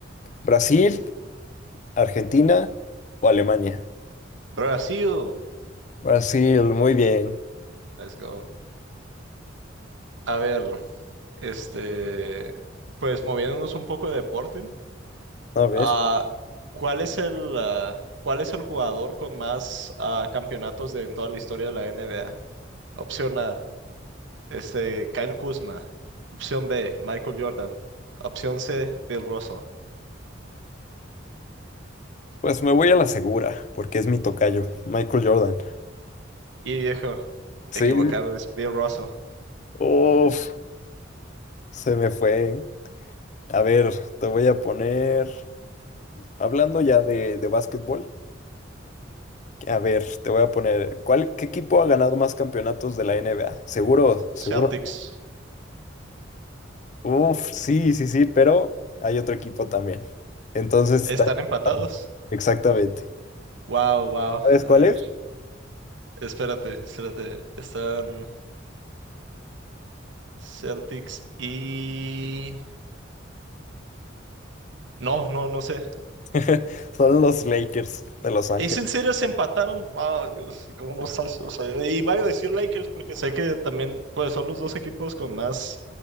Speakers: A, on the left; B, on the right.
A: ¿Brasil, Argentina o Alemania?
B: Brasil,
A: Brasil, muy bien.
B: let's go. A ver, este, pues moviéndonos un poco de deporte,
A: A ver,
B: ah, ¿cuál es el, ah, cuál es el jugador con más ah, campeonatos de, en toda la historia de la NBA? Opción A, este, Kyle Kuzma. Opción B, Michael Jordan. Opción C, Bill Russell.
A: pues me voy a la segura, porque es mi tocayo, Michael Jordan.
B: Y viejo,
A: Sí,
B: equivocado, es Bill Russell.
A: Uf, se me fue. A ver, te voy a poner, hablando ya de, de básquetbol, a ver, te voy a poner, ¿cuál, qué equipo ha ganado más campeonatos de la NBA? Seguro,
B: Celtics,
A: seguro. Uf, sí, sí, sí, pero hay otro equipo también. Entonces, está,
B: están empatados.
A: exactamente.
B: Wow, wow.
A: ¿Sabes
B: A
A: cuál
B: ver,
A: es?
B: espérate, espérate. Están Celtics y... No, no, no sé.
A: <laughs> Son los Lakers de Los Ángeles.
B: ¿Es en serio se empataron? Wow, Dios, ¿y ¿cómo no estás? O sea, y voy a decir Lakers porque sé que también pues son los dos equipos con más